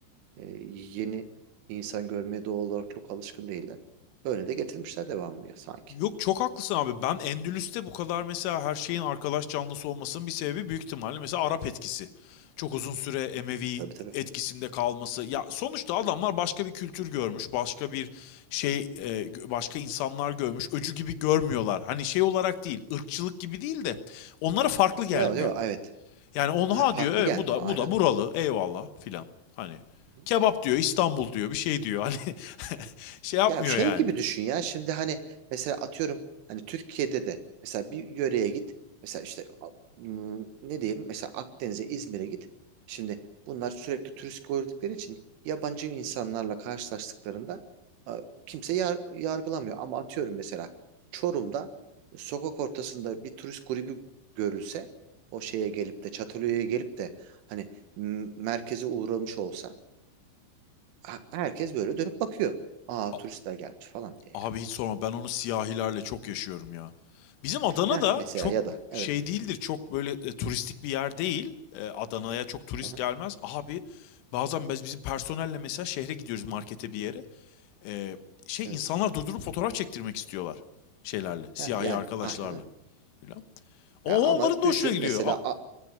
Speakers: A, on the right; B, on the left.
A: E, yeni insan görmeye doğal olarak çok alışkın değiller. Böyle de getirmişler devamlı sanki.
B: Yok çok haklısın abi. Ben Endülüs'te bu kadar mesela her şeyin arkadaş canlısı olmasının bir sebebi büyük ihtimalle mesela Arap etkisi. Çok uzun süre Emevi
A: Tabii tabii.
B: etkisinde kalması. Ya sonuçta adamlar başka bir kültür görmüş, başka bir şey, e, başka insanlar görmüş. Öcü gibi görmüyorlar. Hani şey olarak değil, ırkçılık gibi değil de onlara farklı gelmiyor.
A: Yok yok evet.
B: Yani onu
A: Ha, farklı
B: diyor, evet
A: gelmiyor
B: bu da
A: aynen.
B: bu da buralı. Eyvallah filan. Hani
A: Hı hı.
B: kebap diyor, İstanbul diyor, bir şey diyor. Hani <laughs> şey yapmıyor
A: Ya şey
B: yani.
A: gibi düşün ya şimdi hani mesela atıyorum hani Türkiye'de de mesela bir yöreye git. Mesela işte a- m, ne diyelim mesela Akdeniz'e İzmir'e git. Şimdi bunlar sürekli turist gördükleri için yabancı insanlarla karşılaştıklarında a, kimse yar- yargılamıyor. Ama atıyorum mesela Çorum'da e, sokak ortasında bir turist grubu görülse o şeye gelip de Çatalhöyük'e gelip de hani m, merkeze uğramış olsa. ha- herkes böyle dönüp bakıyor. Aa
B: A-
A: turistler gelmiş falan diye
B: Abi
A: yani.
B: hiç sorma ben onu siyahilerle çok yaşıyorum ya. Bizim Adana
A: Heh,
B: da
A: mesela
B: çok
A: ya da evet.
B: şey değildir. Çok böyle e, turistik bir yer değil. E, Adana'ya çok turist
A: Aha,
B: gelmez. Abi bazen biz bizim personelle mesela şehre gidiyoruz markete bir yere. E, şey
A: evet.
B: insanlar durdurup fotoğraf çektirmek istiyorlar şeylerle, siyahi
A: Ha, yani
B: arkadaşlarla
A: aynen öyle.
B: filan. O
A: Ya ama
B: onların da
A: düşün
B: hoşuna gidiyor.
A: mesela
B: A-
A: A-